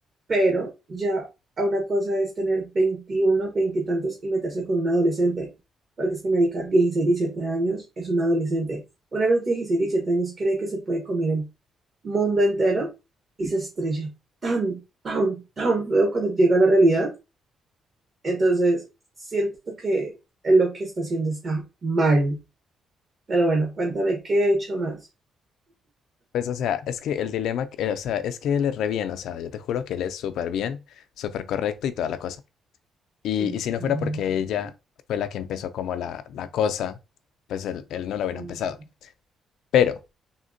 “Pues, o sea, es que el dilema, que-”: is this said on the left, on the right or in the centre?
Left